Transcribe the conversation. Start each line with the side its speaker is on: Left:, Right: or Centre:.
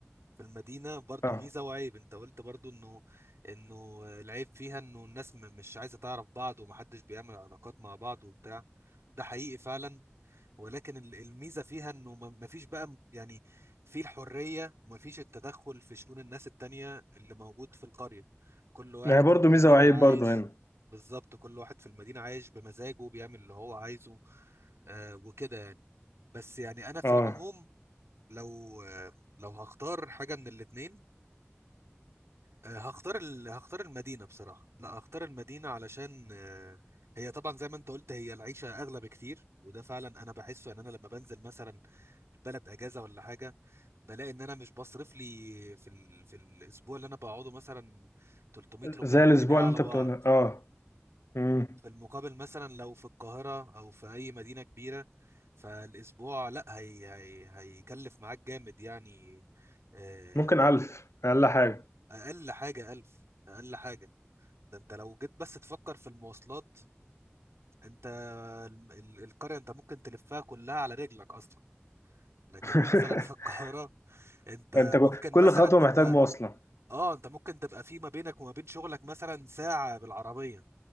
Right: في المدينة برضو
Left: اه
Right: ميزة وعيب انت قلت برضو انه انه العيب فيها انه الناس م- مش عايزة تعرف بعض ومحدش بيعمل علاقات مع بعض وبتاع ده حقيقي فعلا ولكن ال- الميزه فيها انه ما فيش بقى م- يعني في الحريه وما فيش التدخل في شؤون الناس التانية اللي موجود في القريه كل واحد
Left: ما هي برضه
Right: في المدينه
Left: ميزه وعيب
Right: عايش
Left: برضه هنا
Right: بالظبط كل واحد في المدينه عايش بمزاجه بيعمل اللي هو عايزه آه وكده يعني بس يعني انا في
Left: اه
Right: العموم لو آه لو هختار حاجه من الاتنين آه، هختار ال... هختار المدينة بصراحة لا هختار المدينة علشان آه، هي طبعا زي ما انت قلت هي العيشة أغلى بكتير وده فعلا أنا بحسه يعني أنا لما بنزل مثلا بلد أجازة ولا حاجة بلاقي إن أنا مش بصرف لي في ال... في الأسبوع اللي أنا بقعده مثلا 300 400
Left: زي الاسبوع
Right: جنيه على
Left: اللي انت
Right: بعض
Left: بتقوله اه امم
Right: في المقابل مثلا لو في القاهرة أو في أي مدينة كبيرة فالأسبوع لا هي... هي... هيكلف معاك جامد يعني آه،
Left: ممكن
Right: فاهم
Left: الف اقل حاجه
Right: أقل حاجة 1000 أقل حاجة ده انت لو جيت بس تفكر في المواصلات انت الم- ال- القرية انت ممكن تلفها كلها على رجلك اصلا لكن
Left: <laughs>
Right: مثلا في القاهرة انت
Left: انت
Right: ممكن
Left: كل
Right: مثلا
Left: خطوه
Right: تبقى
Left: محتاج مواصله
Right: اه انت ممكن تبقى في ما بينك وما بين شغلك مثلا ساعة بالعربية